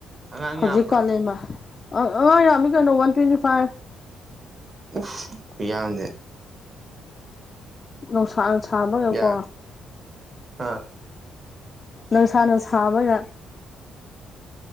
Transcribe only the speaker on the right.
ꯑꯉꯥꯡ
ꯌꯥꯝꯕ꯭ꯔꯣ
ꯎꯐ ꯈꯨꯌꯥꯝꯁꯦ
ꯌꯥꯝ ꯑꯥ